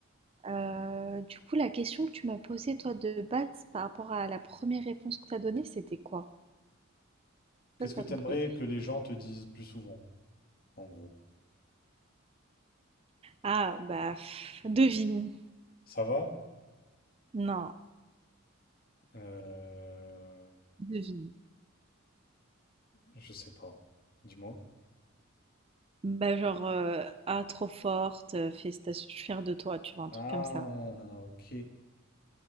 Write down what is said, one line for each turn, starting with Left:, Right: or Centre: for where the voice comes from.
Right: Euh, du coup, la question que tu m'as posée toi de base par rapport à la première réponse que t'as donnée, c'était quoi?
Left: Qu'est-ce
Right: Ça, t'as
Left: que t'aimerais
Right: compris.
Left: que les gens te disent plus souvent, en gros?
Right: Ah, bah, pff, devine.
Left: Ça va?
Right: Non,
Left: Euh...
Right: devine.
Left: Je sais pas. Dis-moi.
Right: Bah, genre, heu: «Ah trop forte, heu, félicitations, je suis fière de toi», tu vois? Un
Left: Ah,
Right: truc comme ça.
Left: ok.